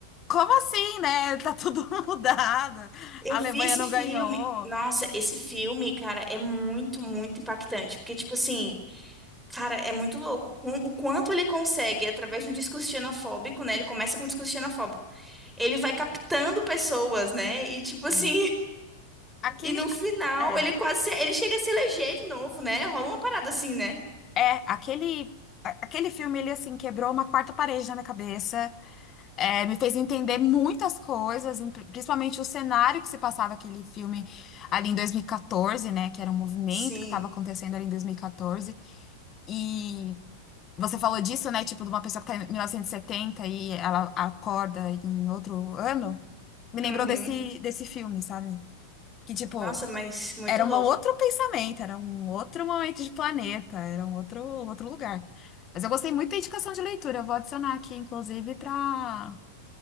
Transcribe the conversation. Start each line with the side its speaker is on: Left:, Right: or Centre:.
Left: Como assim, né? Tá tudo <laughs> mudado.
Centre: Eu
Left: A Alemanha
Centre: vi esse
Left: não
Centre: filme.
Left: ganhou.
Centre: Nossa, esse filme, cara, é muito, muito impactante. Porque, tipo assim, cara, é muito louco. Com- O quanto ele consegue, através de um discurso xenofóbico, né? Ele começa com um discurso xenofóbico. Ele vai captando pessoas, né? E, tipo assim,
Left: Sim. Aquele.
Centre: <laughs> e no final,
Left: É,
Centre: ele quase, se- ele chega a se eleger de novo, né? Rola uma parada assim, né?
Left: é, aquele. a- Aquele filme, ele assim, quebrou uma quarta parede na minha cabeça. É, me fez entender muitas coisas, em- principalmente o cenário que se passava aquele filme ali em 2014, né? Que era um movimento
Centre: Sim.
Left: que estava acontecendo ali em 2014. E quatorze. E você falou disso, né? Tipo, de uma pessoa que está em 1970 e setenta e ela acorda em outro ano. Me lembrou
Centre: Uhum.
Left: desse, desse filme, sabe? Que, tipo,
Centre: Nossa, mas muito
Left: era
Centre: louco.
Left: um outro pensamento, era um outro momento de planeta, era um outro, outro lugar. Mas eu gostei muito da indicação de leitura, eu vou adicionar aqui, inclusive, para